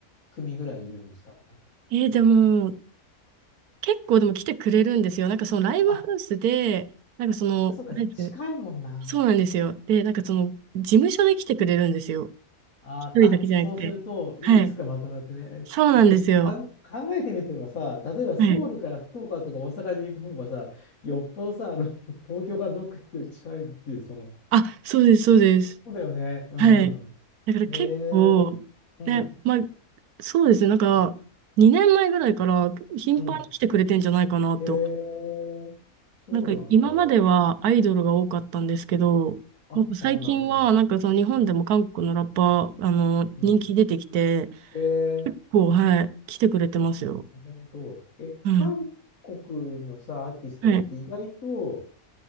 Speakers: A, on the left (about 65°); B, on the right (about 85°).
A: 組ぐらいいるんですか
B: えーでも、結構でも来てくれるんですよ。なんかそのライブハウスで、
A: あ、
B: なんかその、
A: そうか、
B: なんていうかね、
A: 近いもんな。
B: そうなんですよ。で、なんかその、事務所で来てくれるんですよ。
A: あ、
B: 一人だけじゃなくて。
A: あ、そうするといくつかまとまってね、
B: はい。そうなんですよ。
A: それにかん考えてみてばさ、例えばソウルから福岡とか大阪に行く方がさ、
B: はい。
A: よっぽどさ、あの東京からどっか行くより近いっていう、その、
B: あ、そうです、そうです。
A: そうだよね。うん。
B: はい。だから結構、
A: へえー、うん。
B: ね、まあ、そうですね、なんか、2年前ぐらいから頻繁に来てくれてんじゃないかなって。
A: うん。へえそうなんだ。
B: なんか今まではアイドルが多かったんですけど、
A: うんあ、
B: なんか最近はなんかその日本でも韓国のラッパー、
A: あ、なるほど、なるほど。うん。
B: あの、
A: うん
B: 人気出てきて、
A: へえ
B: 結構、はい、来てくれてますよ。
A: 本当。え、
B: うん。
A: 韓国のさ、アーティストって意外と、
B: はい。